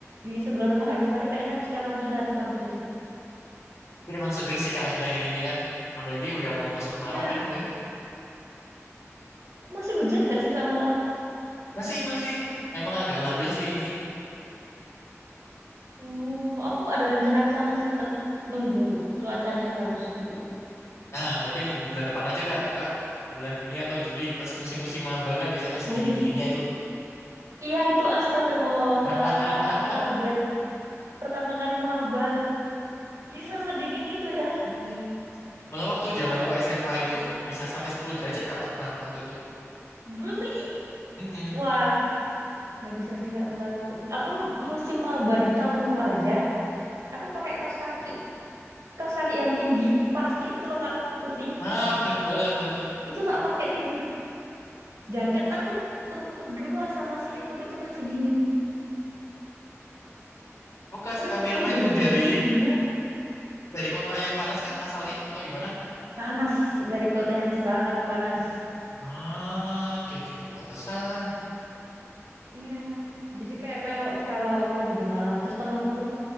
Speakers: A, on the right; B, on the left.
A: di sebelah rumah Kak Givari, kayaknya aku setiap pagi lari pagi deh.
B: Emang seger sih kak akhir-akhir ini kan, apalagi udah mau masuk kemarau
A: Iya,
B: kan, bener. ya?
A: Oh, masih hujan nggak sih Kak Malang?
B: Masih masih, emang agak labil sih ini.
A: Uh, aku ada rencana ke sana sih, tapi nunggu cuacanya bagus dulu.
B: Nah berarti nunggu bulan depan aja kak itu kak, bulan Juni atau Juli pas musim-musim maba kan biasanya pas
A: Oh.
B: dingin-dinginnya itu.
A: Iya itu astagfirullah Kak,
B: <laughs>
A: aku kaget. Pertama kali maba bisa sedingin itu ya.
B: Mm. Malah waktu zamanku
A: Masa
B: SMA itu bisa sampai 10 derajat kak pernah waktu itu.
A: really?
B: Mm-mm.
A: Wah, nggak bisa sih kak kalau aku aku musim maba di tahunku aja aku pakai kaos kaki kaos kaki yang tinggi paskib itu loh kak putih
B: Wah, <laughs>
A: itu tak pakai tidur jaket aku tumpuk dua sama selimut itu masih dingin
B: oh kak
A: terus
B: Kak
A: 10
B: Nirma
A: derajat
B: itu dari
A: itu gimana
B: dari kota yang panas kak asalnya atau gimana?
A: panas dari kota yang sangat panas
B: Ah, oke oke, oh, pantesan.
A: iya jadi kayak kayak kalau aku lagi di Malang terus temanku